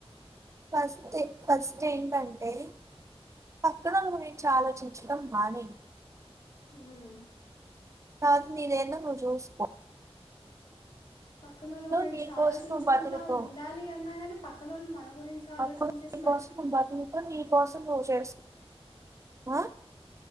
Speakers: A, on the right (about 30°); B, on the left (about 65°).
A: ఫస్ట్ ఏ ఫస్ట్ ఏంటంటే పక్కనోళ్ల గురించి ఆలోచించటం మానేయ్
B: ఉమ్
A: ఫస్ట్ నీదెందో నువ్ జూసుకో
B: పక్కనోళ్ళ గురించి
A: నీ కోసం
B: ఆలోచించకుండా
A: నువ్వు బతుకుతావు.
B: ఉండాలి అన్నా గానీ పక్కనోళ్ళు మన గురించి ఆలోచించేస్
A: అప్పుడు నీ కోసం నువ్ బతుకుతవ్ నీకోసం నువు జేస్
B: <inaudible>
A: ఆ